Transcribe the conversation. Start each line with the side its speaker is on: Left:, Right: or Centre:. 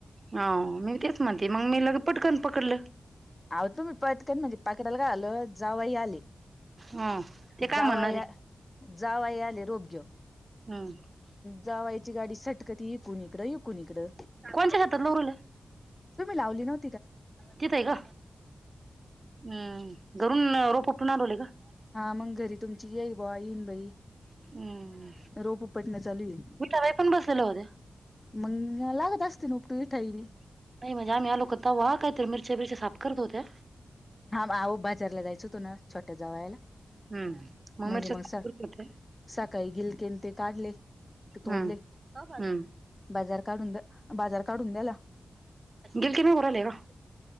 Right: हो मी तेच म्हणते मग मी लगेच पटकन पकडलं.
Left: आहो तुम्ही पटकन म्हणजे पकडाला का आलो जाऊई आले..
Right: ह ते काय
Left: जावई
Right: म्हणणार
Left: या
Right: आहे
Left: जावय आले रोप घेऊन.
Right: हम्म
Left: जावायची गाडी सटकत इकून इकडं इकून इकडं.
Right: कोणच्या शेतात लावू राहिल्या
Left: तुम्ही लावली नवं
Right: तिथं आहे का हम् घरून रोप मागवले का?
Left: हा मग घरी तुमची येई बॉ येईन बाई.
Right: हम्म
Left: रोप उपटण चालू आहे.
Right: विठाबाई पण बसलेल्या होत्या
Left: मंग लागत आस तन उपटू इथं ही.
Right: नाही म्हणजे आम्ही लोकांता वा कायतरी मिरच्या बिरच्या साफ करत होत्या.
Left: हा आहो बाजारला जायचं होतो ना छोट्या जावयाला.
Right: हम्म
Left: म्हणजे
Right: मिरच्या
Left: मग
Right: साफ
Left: स
Right: करत होत्या
Left: सकाळी गिलकन ते काढले. तोडले
Right: हम्म हम्म
Left: बाजार काढून द बाजार काढून द्याला.
Right: गिलतीने होरलेग..